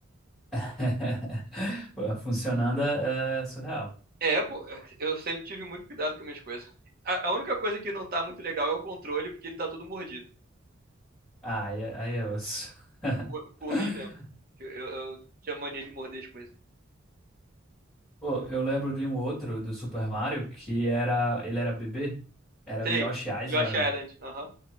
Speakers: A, in the centre; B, on the right.
A: <laughs> Funcionando é, é surreal.
B: É, pô, eu sempre tive muito cuidado com minhas coisas. A, a única coisa que não tá muito legal é o controle, porque ele tá todo mordido.
A: Ah, aí é, aí é osso.
B: Por, por
A: <laughs>
B: mim mesmo. Eu, eu, eu tinha mania de morder as coisas.
A: Pô, eu lembro de um outro do Super Mario que era, ele era bebê, era
B: Sei,
A: o Yoshi
B: Yoshi
A: Island.
B: Island, aham.